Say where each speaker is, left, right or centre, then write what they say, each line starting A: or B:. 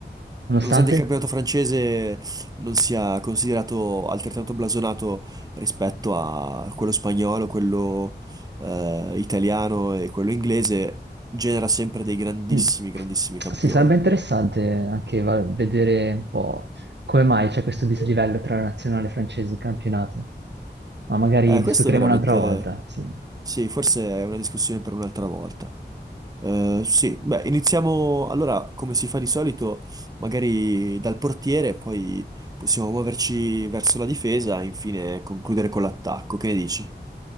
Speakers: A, on the right (about 75°); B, on the right (about 20°).
A: nonostante...
B: nonostante il campionato francese non sia considerato altrettanto blasonato rispetto a quello spagnolo, quello, eh, italiano e quello inglese, genera sempre dei grandissimi,
A: mm.
B: grandissimi campioni.
A: Sì, sarebbe interessante anche va- vedere un po' come mai c'è questo dislivello tra la nazionale francese e il campionato, ma magari
B: Eh,
A: discuteremo
B: questo è veramente...
A: un'altra volta, sì.
B: Sì, forse è una discussione per un'altra volta. Eh, sì, beh, iniziamo allora come si fa di solito, magari dal portiere, poi possiamo muoverci verso la difesa e infine concludere con l'attacco. Che ne dici?